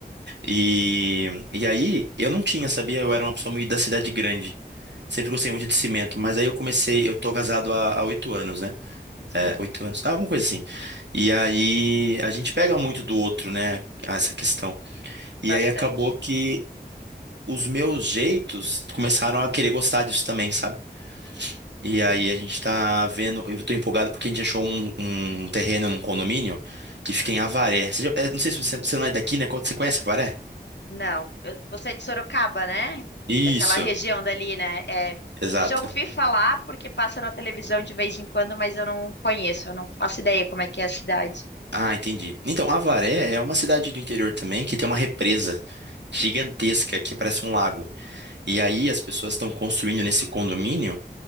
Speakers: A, on the right; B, on the left.
A: E, e aí, eu não tinha, sabia? Eu era uma pessoa muito da cidade grande. Sempre gostei muito de cimento, mas aí eu comecei, eu tô casado há há oito anos, né? É,
B: Sim,
A: oito anos, alguma coisa assim. E aí, a gente pega muito do outro, né? Essa questão. E
B: bastante.
A: aí acabou que os meus jeitos começaram a querer gostar disso também, sabe? E aí a gente tá vendo, eu tô empolgado porque a gente achou um, um terreno num condomínio que fica em Avaré. Você já- é, não sei se você, você não é daqui, né? Você conhece Avaré?
B: Não, eu- você é de Sorocaba, né?
A: Isso,
B: Daquela região dali, né? É,
A: exato.
B: eu já ouvi falar porque passa na televisão de vez em quando, mas eu não conheço, eu não faço ideia como é que é a cidade.
A: Ah, entendi. Então, Avaré é uma cidade do interior também que tem uma represa gigantesca que parece um lago. E aí as pessoas estão construindo nesse condomínio